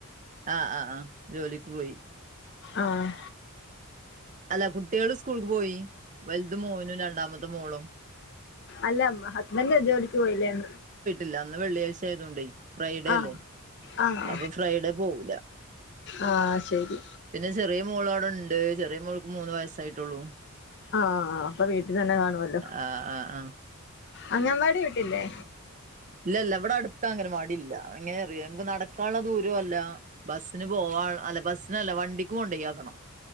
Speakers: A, on the right (about 35°); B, on the left (about 50°).
A: ആഹ് ആഹ് ആഹ് ജോലിക്ക് പോയി
B: ആഹ്
A: അല്ല കുട്ട്യേള് സ്കൂൾക്ക് പോയി വലുത് മോനും രണ്ടാമത്തെ മോളും
B: അല്ലം ഹസ്ബൻഡ് ജോലിക്ക് പോയില്ലേന്ന്
A: ല്ല ഇന്ന് വെള്ളിയഴ്ച ആയതോണ്ടേ ഫ്രൈഡേ
B: ആഹ്
A: അല്ലേ
B: ആഹ്
A: അപ്പൊ ഫ്രൈഡേ പോവൂല
B: ആഹ് ശരി
A: പിന്നെ ചെറിയ മോൾ അവിടെണ്ട് ചെറിയ മോൾക്ക് മൂന്ന് വയസായിട്ടുള്ളൂ
B: ആഹ് ആഹ് അപ്പൊ വീട്ടി തന്നെ കാണുവല്ലോ
A: ആഹ് ആഹ് ആഹ്
B: അങ്ങൻവാടി വീട്ടില്ലേ
A: ഇല്ലല്ല ഇവിടെ അടുത്ത അംഗൻവാടി ഇല്ല എങ്ങനെറിയാ നമുക്ക് നടക്കാനുള്ള ദൂരോ അല്ല ബസ്സിന് പോവാള് അല്ല ബസ്സിനല്ല വണ്ടിക്ക് കൊണ്ടയ് ആക്കണം